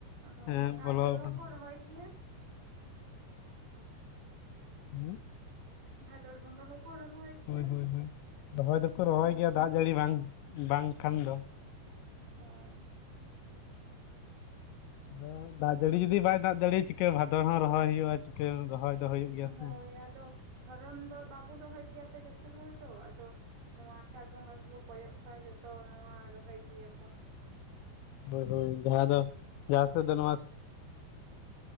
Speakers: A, on the right; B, on the left.
A: ᱦᱳᱭ
B: ᱦᱮᱸ
A: ᱵᱷᱟᱫᱚᱨ
B: ᱵᱚᱞᱚ ᱟᱠᱟᱱ
A: ᱦᱚᱸᱠᱚ ᱨᱚᱦᱚᱭ ᱜᱮᱭᱟ᱾
B: ᱦᱩᱸ
A: ᱵᱷᱟᱫᱚᱨ ᱵᱚᱸᱜᱟ ᱦᱚᱸᱠᱚ ᱨᱚᱦᱚᱭ ᱜᱮᱭᱟ
B: ᱦᱳᱭ ᱦᱳᱭ ᱦᱳᱭ, ᱨᱚᱦᱚᱭ ᱫᱚᱠᱚ
A: ᱦᱩᱸ
B: ᱨᱚᱦᱚᱭ ᱜᱮᱭᱟ ᱫᱟᱜ ᱡᱟᱹᱲᱤ ᱵᱟᱝ ᱵᱟᱝᱠᱷᱟᱱ ᱫᱚ᱾
A: ᱦᱳᱭ᱾
B: ᱟᱫᱚ ᱫᱟᱜ ᱡᱟᱹᱲᱤ ᱡᱩᱫᱤ ᱵᱟᱭ ᱫᱟᱜ ᱫᱟᱲᱮ ᱪᱤᱠᱟᱹ ᱵᱷᱟᱫᱚᱨ ᱦᱚᱸ ᱨᱚᱦᱚᱭ ᱦᱩᱭᱩᱜᱼᱟ, ᱪᱤᱠᱟᱹ ᱨᱚᱦᱚᱭ ᱫᱚ ᱦᱩᱭᱩᱜ ᱜᱮᱭᱟ
A: ᱦᱳᱭ
B: ᱥᱮ
A: ᱟᱫᱚ ᱫᱷᱚᱨᱚᱱ ᱫᱚ ᱵᱟᱵᱚᱱ ᱨᱚᱦᱚᱭ ᱜᱮᱭᱟ ᱛᱚ ᱡᱚᱛᱚ ᱦᱚᱲ ᱫᱚ ᱟᱫᱚ ᱱᱚᱣᱟ ᱟᱥᱟᱲ ᱵᱚᱸᱜᱟ ᱜᱮᱠᱚ ᱠᱚᱭᱚᱜ ᱠᱟᱜ ᱡᱚᱛᱚ ᱱᱚᱶᱟ ᱨᱚᱦᱚᱭ ᱜᱮᱭᱟ ᱠᱚ,
B: ᱦᱳᱭ ᱦᱳᱭ ᱡᱟᱦᱟᱸ ᱫᱚ ᱡᱟᱦᱟᱸ ᱥᱮᱫ ᱫᱚ ᱱᱟᱣᱟ